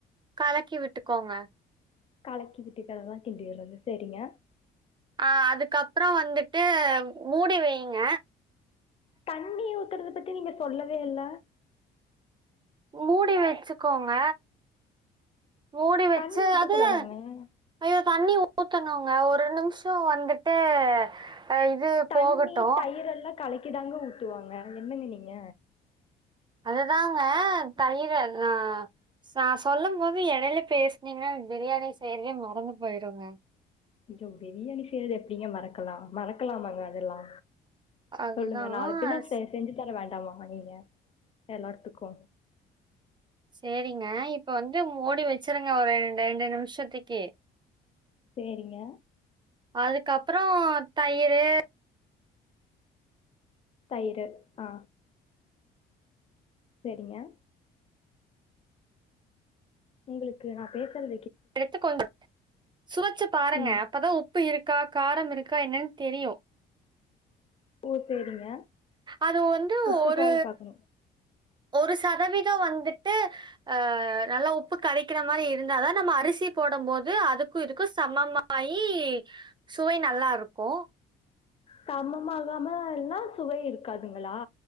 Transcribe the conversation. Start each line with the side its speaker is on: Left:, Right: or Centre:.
Right: கலக்கி விட்டுக்கோங்க
Left: கலக்கி விட்டுக்றதுதா கிண்டி விட்றது சரிங்க
Right: அ அதுக்கப்றோ வந்துட்டு மூடி வைங்க
Left: தண்ணி ஊத்துறத பத்தி நீங்க சொல்லவே இல்ல
Right: மூடி வச்சுக்கோங்க மூடி வச்சு
Left: தண்ணி ஊத்தக்கூடாதாங்க
Right: அதுல ஐயோ தண்ணி ஊத்தனுங்க ஒரு நிம்ஷோ வந்துட்டு ஆ இது
Left: தண்ணி
Right: போகட்டு
Left: தயிர் எல்லா கலக்கிதாங்க ஊத்துவாங்க என்னங்க நீங்க
Right: அதுதாங்க தயிர அதா சா சொல்லும் போது எடைல பேஸ்னீங்னா எனக் பிரியாணி செய்யறதே மறந்து போயிருங்க
Left: கொஞ்ச பிரியாணி செய்யறது எப்டிங்க மறக்கலா மறக்கலாமாங்க அதெல்லா
Right: அதுதான்
Left: சொல்லுங்க நாள பின்ன செ செஞ்சு தர வேண்டாமாங்க நீங்க எல்லார்த்துக்கு
Right: சேரிங்க இப்ப வந்து மூடி வச்சுருங்க ஒரு ரெண் ரெண்டு நிமிஷத்துக்கி
Left: சேரிங்க
Right: அதுக்கப்றோ தயிரு
Left: தைரு அ செரிங்க உங்களுக்கு நா பேசறது
Right: எடுத்து கொஞ்ச <inaudible> சுவச்சு பாருங்க
Left: ம்
Right: அப்பதா உப்பு இருக்கா காரம் இருக்கா என்னன் தெரியு
Left: ஓ சேரிங்க
Right: அது வந்து
Left: உப்பு
Right: ஒரு
Left: கார பாக்கணு
Right: ஒரு சதவீத வந்துட்டு அ நல்லா உப்பு கரிக்கிற மாரி இருந்தா தா நம்ம அரிசி போடும் போது அதுக்கு இதுக்கு சம மாயி சுவை நல்லாருக்கு
Left: சமமாகாம இருந்தா சுவை இருக்காதுங்ளா